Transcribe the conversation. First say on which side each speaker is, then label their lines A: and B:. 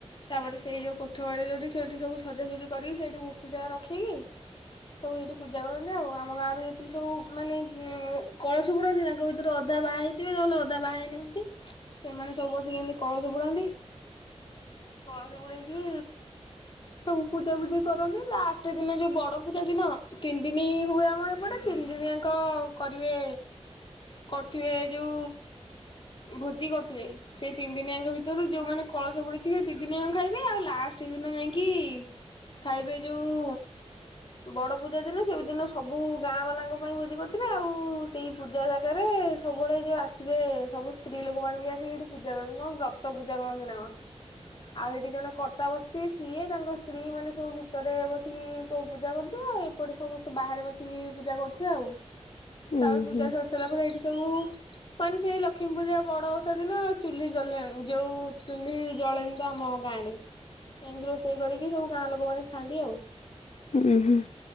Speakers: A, on the left; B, on the left.
A: ତାପରେ ସେଇ ଯୋଉ କୋଠ ବାରେ ଯୋଉଠି ସେଇଠି ସବୁ ସଜାସଜି କରିକି ସେଇଠି ମୂର୍ତ୍ତି ଟା ରଖିକି ସବୁ ଏଇଠି ପୂଜା କରନ୍ତି ଆଉ ଆମ ଗାଁ ରୁ ଯେତିକି ସବୁ ମାନେ କଳସ ବୁଡ଼ାନ୍ତି ତାଙ୍କ ଭିତରୁ ଅଧା ବାହା ହେଇଥିବେ ନହେଲେ ଅଧା ବାହା ହେଇନାହାନ୍ତି ସେମାନେ ସବୁ ବସିକି ଏମତି କଳସ ବୁଡ଼ାନ୍ତି କଳସ ବୁଡେଇକି ସବୁ ପୂଜା ପୂଜି କରନ୍ତି ଲାଷ୍ଟ ଦିନ ଯୋଉ ବଡ ପୂ <unintelligible> ଦିନ ତିନି ଦିନି ହୁଏ ଆମର ଏପଟେ ତିନି ଦିନିଆଙ୍କ କରିବେ କରୁଥିବେ ଯେଉ ଭୋଜି କରୁଥିବେ ସେଇ ତିନି ଦିନିଆଙ୍କ ଭିତରୁ ଯୋଉ ମାନେ କଳସ ବୁଡ଼େଇ ଥିବେ ଦି ଦିନିଆଙ୍କ ଖାଇବେ ଆଉ ଲାଷ୍ଟ ଦିନ ଯାଇଁକି ଖାଇବେ ଯୋଉ ବଡ ପୂଜା ଦିନେ ସେଇ ଦିନ ସବୁ ଗାଁ ବାଲାଙ୍କ ପାଇଁ ଭୋଜି କରିଥିବେ ଆଉ ସେଇ ପୂଜା ଜାଗାରେ ସବୁବେଳେ ଏ ଯୋଉ ଆସିବେ ସବୁ ସ୍ତ୍ରୀ ଲୋକମାନେ ବି ଆସିକି ଏଇଠି ପୂଜା କରିବେ କଣ ସତ ପୂଜା କରନ୍ତି ନା କଣ ଆଉ ସେଠି ଜଣେ କର୍ତ୍ତା ବସିଚି ସିଏ ତାଙ୍କ ସ୍ତ୍ରୀ ମାନେ ସବୁ ଭିତରେ ବସିକି କୋଉ ପୂଜା କରୁ ଆଉ ଏପଟେ ସମସ୍ତେ ବାହାରେ ବସିକି ପୂଜା କରୁଥିବେ ଆଉ ତାପରେ
B: ହୁଁ
A: ପୂଜା
B: ହୁଁ
A: ସରି ସାରିଲା ପରେ ଏଇଠି ସବୁ ମାନେ ସେଇ ଲକ୍ଷ୍ମୀ ପୂଜା ବଡଓଷା ଦିନ ଚୁଲି ଜଲେନି ଯୋଉ ଚୁଲି ଜଳେନି ତ ଆମ ଗାଁ ରେ ଏମିତି ରୋଷେଇ କରିକି ସବୁ ଗାଁ ଲୋକ ମାନେ ଖାଆନ୍ତି ଆଉ
B: ଉଁ ହୁଁ।